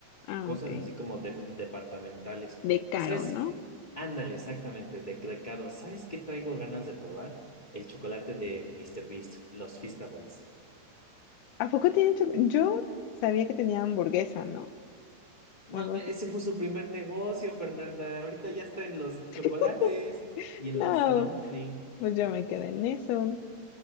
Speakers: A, on the left; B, on the left.
A: Ah,
B: cosas
A: ok.
B: así como de- departamentales.
A: De caro,
B: ¿Sabes?
A: ¿no?
B: Ándale, exactamente, de, de caro. ¿Sabes qué traigo ganas de probar? El chocolate de Mr. Beast, los Feastables.
A: ¿A poco tienen chocolate? Yo sabía que tenía hamburguesa, ¿no?
B: No,
A: O algo
B: me-
A: así.
B: ese fue su primer negocio, Fernanda. Ahorita ya está en los chocolates
A: <laughs>
B: y en
A: No,
B: los Loungely.
A: pues yo me quedé en eso.